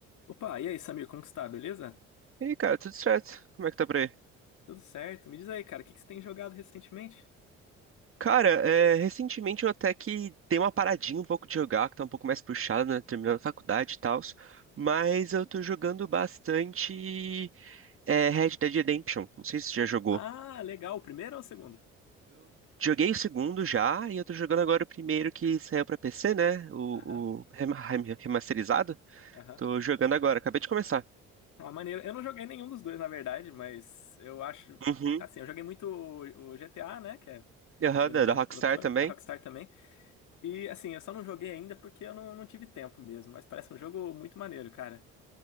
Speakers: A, on the left; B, on the right.
A: Opa, e aí, Samir, como que está? Beleza?
B: E aí, cara, tudo certo? Como é que tá por aí?
A: Tudo certo? Me diz aí, cara, o que que você tem jogado recentemente?
B: Cara, é, recentemente eu até que dei uma paradinha um pouco de jogar, que tá um pouco mais puxado, né? Terminando a faculdade e tal. Mas eu tô jogando bastante é, Red Dead Redemption. Não sei se você já jogou.
A: Ah, legal. O primeiro ou o segundo?
B: Joguei o segundo já, e eu tô jogando agora o primeiro que saiu pra PC, né? O,
A: Aham,
B: o rema- rem- remasterizado.
A: aham.
B: Tô jogando agora, acabei de começar.
A: Ah, maneiro. Eu não joguei nenhum dos dois, na verdade, mas eu acho.
B: Uhum.
A: Assim, eu joguei muito o o GTA, né? Que é
B: Aham,
A: da mesma
B: da da Rockstar
A: produtora,
B: também.
A: da Rockstar também. E, assim, eu só não joguei ainda porque eu não, não tive tempo mesmo, mas parece um jogo muito maneiro, cara.